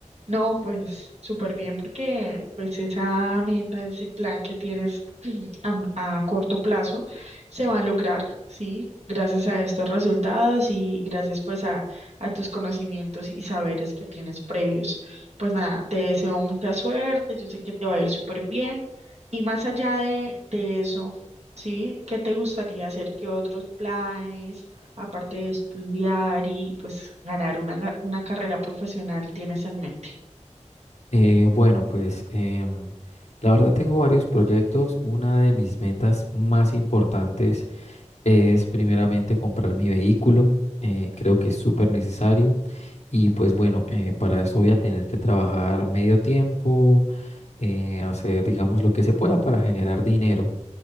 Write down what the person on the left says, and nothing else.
Eh, bueno, pues em, la verdad tengo varios proyectos. Una de mis metas más importantes es primeramente comprar mi vehículo. eh, creo que es súper necesario. Y pues bueno, eh, para eso voy a tener que trabajar medio tiempo, eh, hacer, digamos, lo que se pueda para generar dinero.